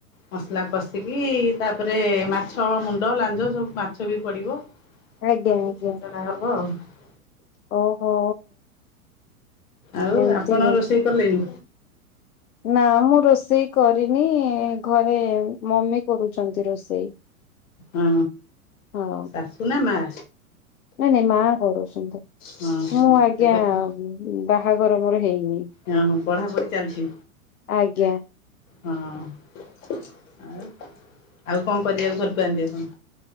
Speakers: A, on the left; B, on the left.
A: ମସଲା କଷିକି ତାପରେ ମାଛ ମୁଣ୍ଡ ଲା ସବୁ ମାଛ ବି ପଡ଼ିବ
B: ଆଜ୍ଞା
A: ପଡ଼ିକି
B: ଆଜ୍ଞା
A: ଛିଞ୍ଚଡ଼ା ହବ ଆଉ
B: ଓହୋ।
A: ଆଉ
B: ଏମିତି
A: ଆପଣ ରୋଷେଇ କଲେଣି?
B: ନା ମୁଁ ରୋଷେଇ କରିନି ଘରେ ମମି କରୁଛନ୍ତି ରୋଷେଇ।
A: ହଁ
B: ହଁ
A: ଶାଶୁ ନା ମା‌?
B: ନାଇଁ ନାଇଁ ମା କରୁଛନ୍ତି ତ
A: ହଁ ହଁ
B: ମୁଁ ଆଜ୍ଞା
A: ଏବେ କଣ
B: ବାହାଘର ମୋର ହେଇନି।
A: ହଁ ହଁ ପଢାପଢି ଚାଲିଛି?
B: ଆଜ୍ଞା
A: ହଁ ଆଉ ଆଉ କଣ କରିବା ଭଲ ପାଆନ୍ତି ଆପଣ?